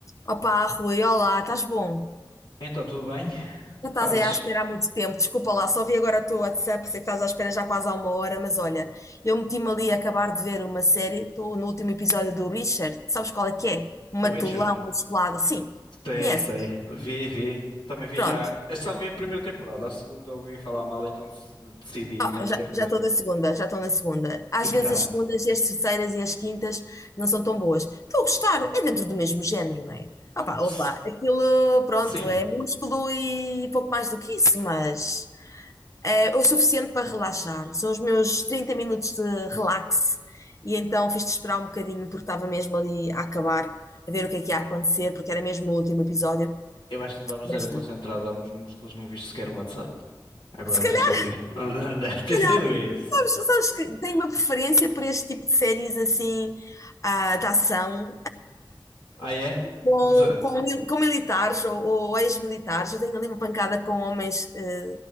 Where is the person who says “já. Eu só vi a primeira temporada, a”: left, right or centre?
Left